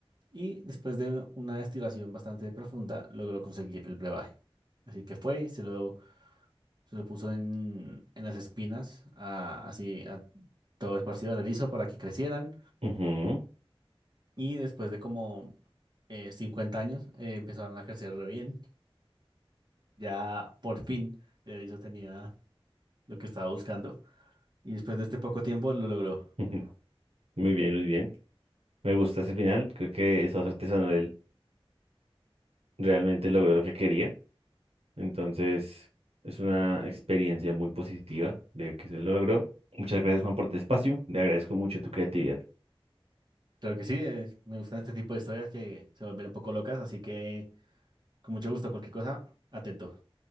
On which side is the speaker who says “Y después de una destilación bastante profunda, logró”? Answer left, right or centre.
Right